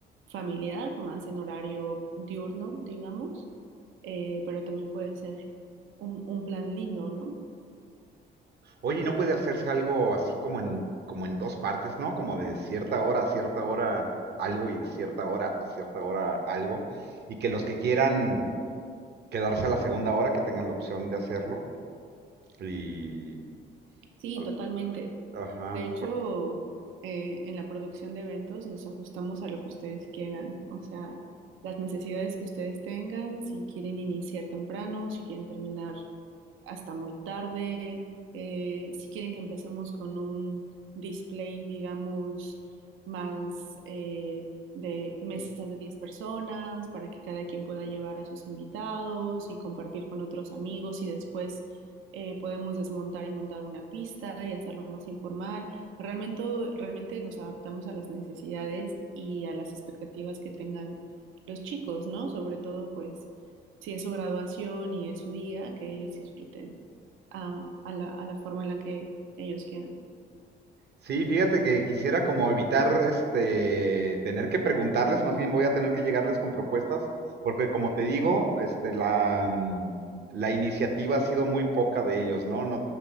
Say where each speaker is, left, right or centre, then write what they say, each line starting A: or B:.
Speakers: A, on the right; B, on the right.
A: familiar, más en horario diurno, digamos eh, pero también puede ser un, un plan lindo, ¿no?
B: Oye, ¿y ¿no puede hacerse algo así como en, como en dos partes, ¿no? Como de cierta hora a cierta hora algo y de cierta hora a cierta hora algo. Y que los que quieran quedarse a la segunda hora, que tengan la opción de hacerlo. Y...
A: Sí,
B: al-
A: totalmente.
B: Ajá,
A: De hecho, eh, en la producción de eventos nos ajustamos a lo que ustedes quieran, o sea, las necesidades que ustedes tengan, si quieren iniciar temprano, si quieren terminar. hasta muy tarde. eh, si quieren que empecemos con un display, digamos, más eh, de mesas de 10 personas para que cada quien pueda llevar a sus invitados y compartir con otros amigos y después eh, podemos desmontar y montar una pista y hacerlo más informal. Realmente, realmente nos adaptamos a las necesidades y a las expectativas que tengan los chicos, ¿no? Sobre todo, pues, si es su graduación y es su día, que ellos disfruten a, a la, a la forma en la que ellos quieran.
B: Sí, fíjate que quisiera como evitar este tener que preguntarles, más bien voy a tener que llegarles con propuestas, porque como te digo, este la, mm, la iniciativa ha sido muy poca de ellos, ¿no? No,